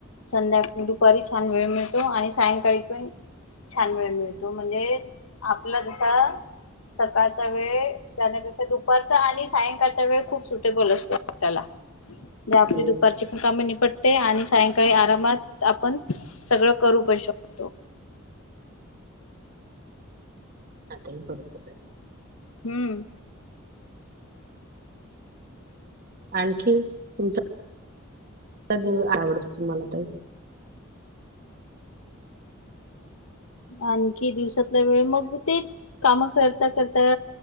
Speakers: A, on the left; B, on the right.
A: संध्याका दुपारी छान वेळ मिळतो, आणि सायंकाळी पण छान वेळ मिळतो, म्हणजे आपला जसा सकाळचा वेळ, त्यानंतर दुपारचा आणि सायंकाळचा वेळ खूप सुटेबल असतो आपल्याला. <inaudible> मी आपली
B: हम्म
A: दुपारची पण कामे निपटते आणि सायंकाळी आरामात आपण सगळं करू शकतो. तो
B: आताही परत जाईल.
A: हम्म
B: आणखीन तुमचा दिव आवडतो तुम्हाला तो.
A: आणखी दिवसातला वेळ मग तेच कामं करता करता.